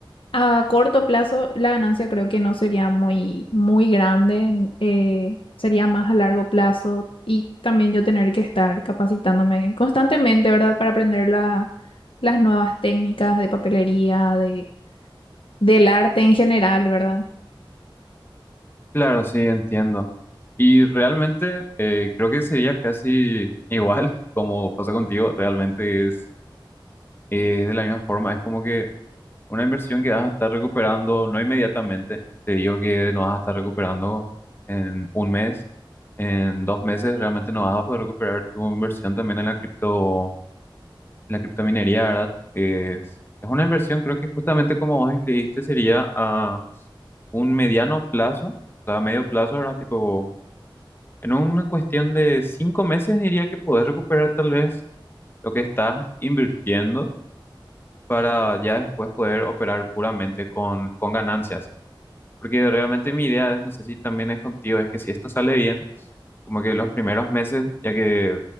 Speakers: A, on the left (about 75°); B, on the left (about 25°).
A: a corto plazo, la ganancia creo que no sería muy, muy grande, eh, sería más a largo plazo y también yo tener que estar capacitándome constantemente, ¿verdad? Para aprender la- las nuevas técnicas de papelería, de, del arte en general, ¿verdad?
B: Claro, sí, entiendo. Y realmente eh, creo que sería casi igual <laughs> como pasa contigo, realmente es, es de la misma forma, es como que una inversión que vas a estar recuperando, no inmediatamente, te digo que no vas a estar recuperando en un mes. En dos meses realmente no vas a poder recuperar tu inversión también en la cripto, La criptominería, ¿verdad? Es, es una inversión, creo que justamente como vos escribiste, sería a un mediano plazo, o sea, a medio plazo, ¿verdad? Tipo, en una cuestión de cinco meses diría que podés recuperar tal vez lo que estás invirtiendo para ya después poder operar puramente con, con ganancias. Porque realmente mi idea es, no sé si también es contigo, es que si esto sale bien, como que los primeros meses, ya que